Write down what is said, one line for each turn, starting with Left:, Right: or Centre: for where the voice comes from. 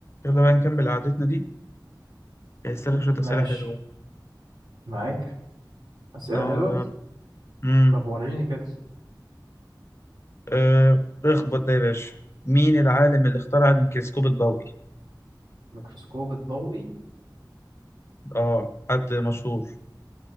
Left: يلا بقى نكمل قعدتنا دي هيسألك
Right: م-
Left: شوية
Right: ماشي
Left: أسئلة حلوة
Right: معاك أسئلة
Left: اه
Right: حلوة
Left: يلا امم
Right: طب وريني كده
Left: آه اخبط ده يا باشا مين العالم اللي اخترع الميكروسكوب الضوئي
Right: الميكروسكوب الضوئي
Left: اه حد مشهور